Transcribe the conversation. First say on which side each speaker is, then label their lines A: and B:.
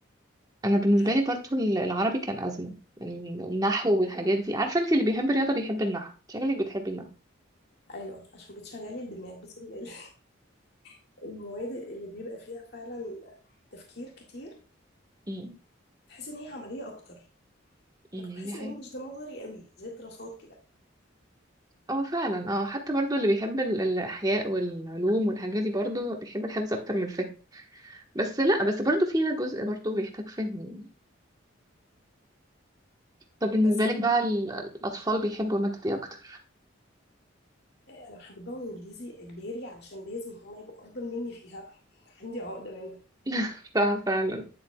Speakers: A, on the right (about 20°); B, on the left (about 55°).
A: انا بالنسبه
B: حبيبتي
A: لي برضو ال- العربي كان ازمه يعني النحو والحاجات دي عارفه انت اللي بيحب الرياضه بيحب النحو شكلك بتحبي النحو
B: أيوة عشان بتشغلي الدماغ بس ال- ال- <laughs> المواد اللي بيبقى فيها فعلا تفكير كتير
A: امم
B: تحس إن هي عملية أكتر
A: أمم،
B: أنا كنت بحس
A: دي حقيقة
B: الإنجليش ده نظري قوي زي الدراسات كده
A: اه فعلا اه حتى برضو اللي بيحب ال- الاحياء والعلوم والحاجات دي برضو بيحب الحفظ اكتر من الفهم بس لا بس برضو فيها جزء برضو بيحتاج فهم طب بالنسبه
B: بس
A: لك بقى ال- الاطفال بيحبوا الماده دي اكتر
B: انا حببهم انجليزي اجباري علشان لازم هما يبقوا افضل مني فيها <laughs> عندي عقده منها
A: <laughs> صح فعلا